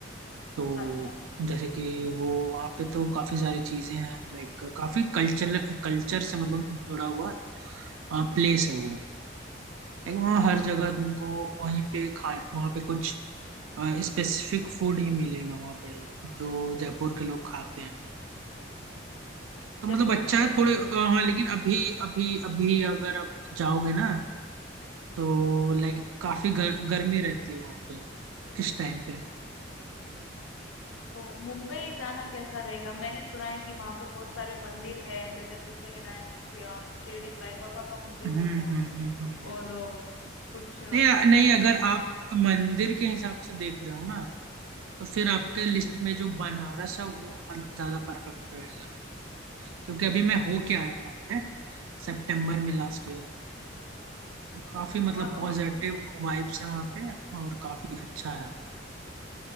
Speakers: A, on the right (about 85°); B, on the left (about 85°).
A: तो
B: अच्छा
A: जैसे कि वो वहाँ पे तो काफी सारी चीजें हैं लाइक काफी कल्चर कल्चर से मतलब जुड़ा हुआ प्लेस है वो एक वहाँ हर जगह तुमको वहीं पे खाए वहाँ पे कुछ स्पेसिफिक फूड ही मिलेगा वहाँ पे जो जयपुर के लोग खाते हैं तो
B: जयपुर
A: मतलब अच्छा
B: में
A: है थोड़े अ, हाँ लेकिन अभी अभी अभी अगर आप जाओगे ना तो लाइक काफी गर, गर्मी रहती है वहाँ पे इस टाइम पे
B: तो मुंबई जाना कैसा रहेगा मैंने सुना है कि वहां पे बहुत सारे मंदिर हैं जैसे सिद्धिविनायक हो गया शिरडी साई बाबा का मंदिर
A: हम्म
B: हो
A: हम्म
B: गया
A: हम्म हम्म, हम्म।
B: और अ, कुछ अ,
A: नहीं अ- नहीं अगर आप मंदिर के हिसाब से देख रहे हो ना तो फिर आपके लिस्ट में जो बनारस है वो मतलब ज्यादा परफेक्ट रहेगा क्योंकि अभी मैं होके आया हूँ वहाँ पे सितंबर में लास्ट ईयर तो काफी मतलब
B: वहाँ का
A: पॉजिटिव
B: मा-
A: वाइब्स है वहाँ पे और काफी अच्छा है